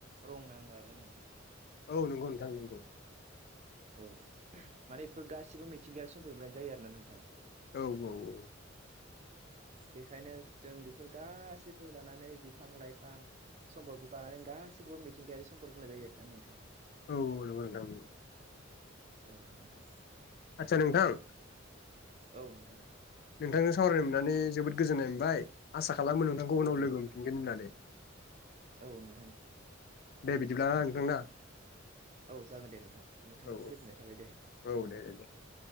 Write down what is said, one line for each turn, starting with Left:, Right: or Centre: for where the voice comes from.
Right: रं नाङो आरो ना नोंथां
Left: औ नंगौ नोंथां नंगौ
Right: औ माने बेफोर गासिबो मिथिंगायारि सम्पदनिफ्रायनो जायो आरो ना नोंथां
Left: औ औ औ
Right: बेखायनो जों बेफोर गासैखौ लानानै बिफां लाइफां सम्पदफोरखौ गानानै सासैबो मिथिंगायारि सम्पद बुंनाय जायो आरो नोंथां
Left: औ नोंगौ नोंथां नोंगौ
Right: औ नोंथां
Left: आदसा नोंथां
Right: औ नोंथां
Left: नोंथांजों सावरायनो मोननानै जोबोद गोजोननाय मोनबाय आसा खालामो नोंथांखौ उनाव
Right: औ
Left: लोगो
Right: नोंथां
Left: मोनफिनगोन होननानै
Right: औ नोंथां
Left: दे बिदिब्ला नोंथां ना
Right: औ जागोन दे नोंथां नोंथांनिथिं
Left: औ
Right: गोजोननाय थाबाय दे
Left: औ औ दे दे
Right: औ